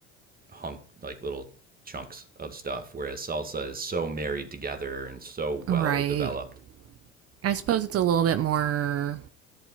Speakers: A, on the right; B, on the right.
A: hunk, like little chunks of stuff, whereas salsa is so married together and so well
B: right.
A: developed.
B: I suppose it's a little bit more